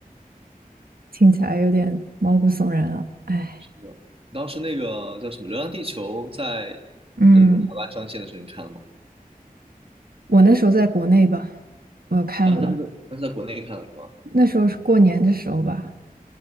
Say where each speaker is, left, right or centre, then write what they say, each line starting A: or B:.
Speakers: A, on the right; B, on the right.
A: 听起来有点毛骨悚然了。哎，
B: 不知道当时那个叫什么《流浪地球》在
A: 嗯，
B: 嗯海外上线的时候，你看了吗？
A: 我那时候在国内吧，我看了。
B: 啊，但是但是在国内看了是吗？
A: 那时候是过年的时候吧？